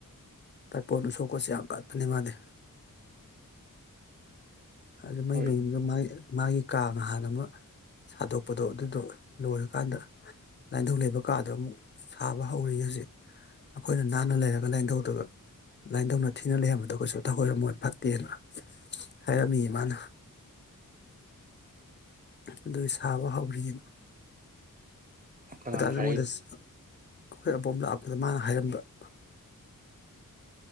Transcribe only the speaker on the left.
ꯇꯔꯄꯣꯟ ꯎꯁꯣꯞꯀꯁꯨ ꯌꯥꯝ ꯀꯠꯄꯅꯤ ꯃꯥꯗꯤ ꯑꯗꯨ ꯃꯩ
ꯃꯌꯨꯝꯗꯣ ꯃꯥꯒꯤ ꯃꯥꯒꯤ ꯀꯥꯒ ꯍꯥꯟꯅ ꯑꯃ ꯁꯥꯗꯣꯛꯄꯗꯣ ꯑꯗꯨꯗꯣ ꯂꯣꯏꯔꯀꯥꯟꯗ ꯂꯥꯏꯟꯙꯧ ꯂꯩꯕ ꯀꯥꯗꯣ ꯑꯃꯨꯛ ꯁꯥꯕ ꯍꯧꯔꯤꯌꯦ ꯍꯨꯖꯤꯛ ꯑꯩꯈꯣꯏꯅ ꯅꯥꯟꯅ ꯂꯩꯔꯒ ꯂꯥꯏꯟꯙꯧꯗꯣ ꯂꯥꯏꯟꯙꯧꯅ ꯊꯤꯅ ꯂꯩꯔꯝꯕꯗꯣ ꯀꯩꯁꯨ ꯊꯑꯣꯏꯔꯝꯃꯣꯏ ꯐꯠꯇꯦꯅ ꯍꯥꯏꯔꯝꯃꯤ ꯃꯥꯅ ꯑꯗꯨ ꯁꯥꯕ ꯍꯧꯔꯤ ꯑꯦ ꯑꯩꯈꯣꯏ
ꯗꯁꯨ
ꯃꯣꯏꯗ ꯑꯩꯈꯣꯏ ꯑꯕꯣꯝ ꯂꯥꯛꯄꯗ ꯃꯥꯅ ꯍꯥꯏꯔꯝꯕ <inaudible>